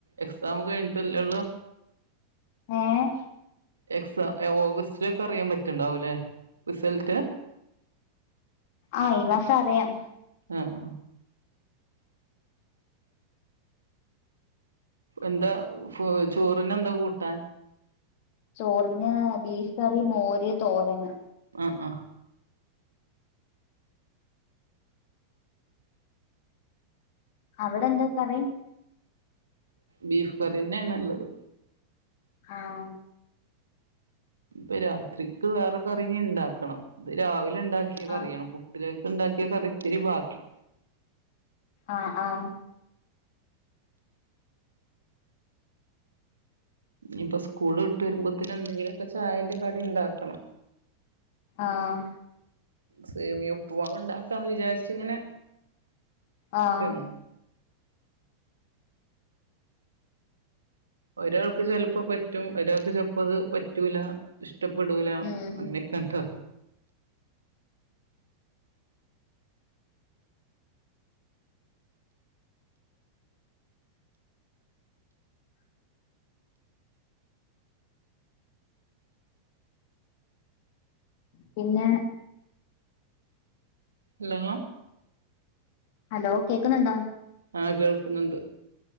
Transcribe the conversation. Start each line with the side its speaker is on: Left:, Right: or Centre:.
Right: എക്സാം കഴിഞ്ഞിട്ടല്ലേള്ളൂ?
Left: ഏഹ്
Right: എക്സ ഓഗസ്റ്റിലൊക്കെ അറിയാൻ പറ്റ്ണ്ടാവും ല്ലേ റിസൾട്ട്?
Left: ആ ഈ മാസം അറിയാം.
Right: ആഹ് എന്താ ചോറിന് എന്താ കൂട്ടാൻ?
Left: ചോറിന് ബീഫ് കറി മോര് തോരന്.
Right: ആ ആ
Left: അവിടെ എന്താ കറി?
Right: ബീഫ് കറിയന്നെണ് ഉള്ളത്.
Left: ആഹ്
Right: ഇപ്പൊ രാത്രിക്ക് വേറെ കറിഞ് ഇണ്ടാക്കണം. ഇത് രാവിലെ ഉണ്ടാക്കിയ കറിയാണ്.
Left: ആഹ്
Right: പുട്ടിലേ ക്ക് ഇണ്ടാക്കിയ കറിത്തിരി ബാ
Left: ആഹ് ആഹ്
Right: ഇഞിപ്പൊ സ്കൂള് ട്ട് വരുമ്പോത്ത് ന് എന്തെങ്കിലൊക്കെ ചായന്റെ കടി ഉണ്ടാക്കണം.
Left: ആഹ്
Right: സേമി ഉപ്പുമാവ് ഇണ്ടാക്കാന്ന് വിചാരിച്ച് ഇങ്ങനെ
Left: ആഹ്
Right: നിക്കാണ് ഒരാൾക്ക് ചെലപ്പോ പറ്റും. ഒരാൾക്ക് ചെലപ്പോ അത് പറ്റൂല. ഇഷ്ട പെടൂല
Left: ഉം
Right: അങ്ങനെയൊക്കെ ണ്ടോ
Left: പിന്നെ
Right: ഹലോ
Left: ഹലോ കേക്കുന്നുണ്ടോ
Right: ആഹ് കേൾക്കുന്നുണ്ട്